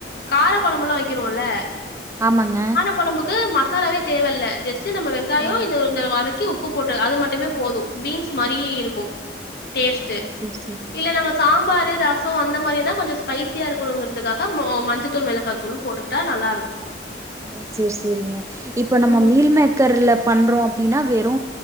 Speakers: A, on the left (about 55°); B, on the right (about 15°).
A: கார குழம்புல்லா வைக்கிறோல்ல
B: ஆமாங்க
A: மீன் கொழம்புக்கு மசாலாவே தேவையில்ல ஜஸ்ட் நம்ம வெங்காயோ
B: ஆ
A: இந்த இந்த வதக்கி உப் உப்பு போட்டு அது மட்டுமே போது பீன்ஸ் மாரி இருக்கு டேஸ்ட்டு
B: ஓ சேரி சேரிங்க
A: இல்ல நம்ம
B: சேரிங்க
A: சாம்பரு ரஸ் ஸோ அந்த மாரினா கொஞ்சோ ஸ்பைஸியா இருக்கனுங்கிறதுக்காக மொ மஞ்சத்தூள் மெளகாத்தூள் போட்டுக்கிட்டா நல்லா இருக்கு
B: ஓ சரி சரிங்க இப்ப நம்ம
A: ம்
B: மீல் மேக்கர்ல பண்றோ அப்டின்னா வெறு